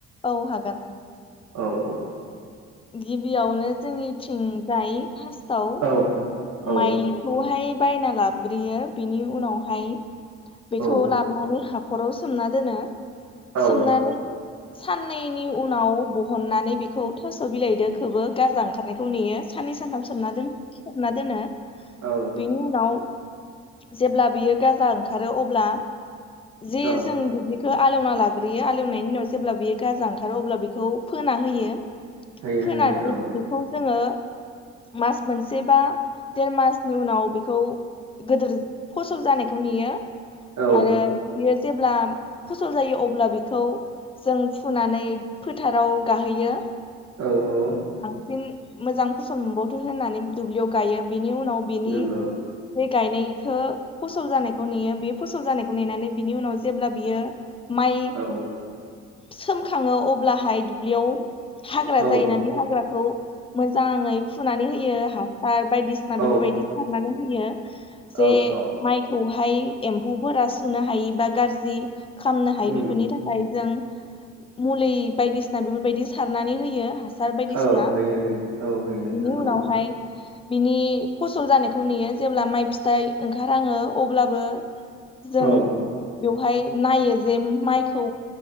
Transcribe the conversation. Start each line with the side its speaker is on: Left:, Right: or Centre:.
Left: औ हागोन।
Right: औ औ।
Left: गिबियावनो जोंनिथिंजाय फास्ट टाव
Right: औ औ
Left: माइलिखौहाय बायना लाबग्रोयो बिनि उनावहाय बेखौ
Right: औ
Left: लाबनानै हाखराव सोमना दोनो
Right: औ
Left: सोमनानै साननैनि उनाव बहननानै बेखौ थास' बिलायदो खोबो गाजा ओंखारनायखौ नेयो सान्नै सानथाम सोमना दोन सोमना दोनो।
Right: औ
Left: बेनि उनाव जेब्ला बियो गाजा ओंखारो अब्ला जे
Right: औ
Left: जों दुब्लि खो आलेवना लाग्रोयो आलेवनायनि उनाव जेब्ला बियो गाजा ओंखारो अब्ला बेखौ फोना होयो।
Right: होयो
Left: फोनानै
Right: होयो
Left: बेखौ जोङो मास मोनसेबा देर मासनि उनाव बेखौ गदिर फसल जानायखौ नेयो।
Right: औ
Left: आरो <unintelligible> जेब्ला फसल जायो अब्ला बेखौ जों फुनानै फोथाराव गाहोयो।
Right: औ औ।
Left: उम मोजां फसल मोनबावथो होननानै दुब्लियाव गायो बेनि उनाव बेनि
Right: नंगौ
Left: गायनायखो फसल जानायखौ नेयो बे फसल जानायखौ नेनानै बिनि उनाव जेब्ला बियो माइ
Right: औ
Left: सोमखाङो अब्लाहाय दुब्लियाव हाग्रा
Right: औ
Left: जायोना बे हाग्राखौ मोजाङै फुनानै होयो हासार बायदिसिना
Right: औ
Left: बेफोरबायदि सारनानै होयो जे
Right: औ औ
Left: माइखौ हा हाय एम्फौफोरा सुनो हायि बा गाज्रि खामनो हायि
Right: उम
Left: बेफोरनि थाखाय जों मुलि बायदिसिना बेफोरबायदि सारनानै होयो हा सार बायदिसिना
Right: औ होयो होयो औ होयो
Left: बिनि
Right: नंगौ
Left: उनावहाय बिनि फसल जानायखौ नेयो जेब्ला माइ फिथाइ ओंखार हाङो अब्लाबो जों
Right: औ
Left: बेवहाय नायो जे माइखौ